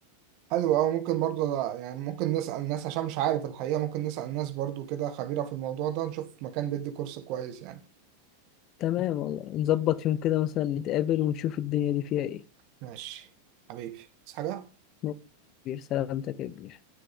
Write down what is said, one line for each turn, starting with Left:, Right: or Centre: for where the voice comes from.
Right: حلو أوي ممكن برضه يعني ممكن نسأل ناس عشان مش عارف الحقيقة ممكن نسأل ناس برضه كده خبيرة في الموضوع ده نشوف مكان بيدي كورس كويس يعني
Left: تمام والله نظبط يوم كده مثلا نتقابل ونشوف الدنيا دي فيها ايه
Right: ماشي حبيبي بس حاجة
Left: ماشي يا كبير سلامتك يا كبير